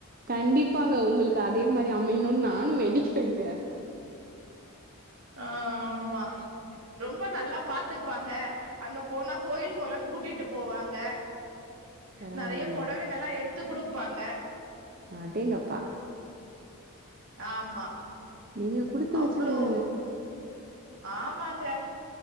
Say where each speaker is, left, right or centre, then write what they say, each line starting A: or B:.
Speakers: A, on the right; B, on the right.
A: கண்டிப்பாங்க உங்களுக்கு அதே மாரி அமையணுன் நானு வேண்டிக்கிறேங்க
B: ஆ ஆமா ரொம்ப நல்லா பாத்துக்குவாங்க அங்க போனா கோயில் கொளொன் கூட்டிட்டு போவாங்க
A: பரவாயில்லையே
B: நெறையா பொடவைங்களா எடுத்து குடுப்பாங்க
A: அடேங்கப்பா
B: ஆமா
A: நீங்க குடுத்து
B: அவுளோ
A: வச்சவங்க
B: ஆமாங்க